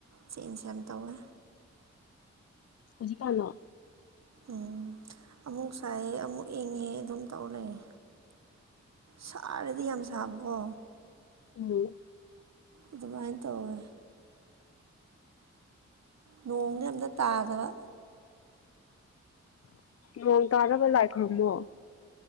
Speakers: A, on the right; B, on the left.
A: ꯆꯦꯟꯖ ꯌꯥꯝ ꯇꯧꯋꯦ
B: ꯍꯧꯖꯤꯛꯀꯥꯟꯂꯣ
A: ꯎꯝ ꯑꯃꯨꯛ ꯁꯥꯏꯑꯪ ꯑꯃꯨꯛ ꯏꯪꯉꯦ ꯑꯗꯨꯝ ꯇꯧ ꯂꯩꯑꯦ ꯁꯥꯔꯗꯤ ꯌꯥꯝ ꯁꯥꯕꯀꯣ
B: ꯎꯝ
A: ꯑꯗꯨꯃꯥꯏꯅ ꯇꯧꯋꯦ ꯅꯣꯡꯗꯤ ꯑꯝꯇ ꯇꯥꯗꯕ
B: ꯅꯣꯡ ꯇꯥꯅꯕ ꯂꯥꯏꯈꯨꯔꯝꯃꯣ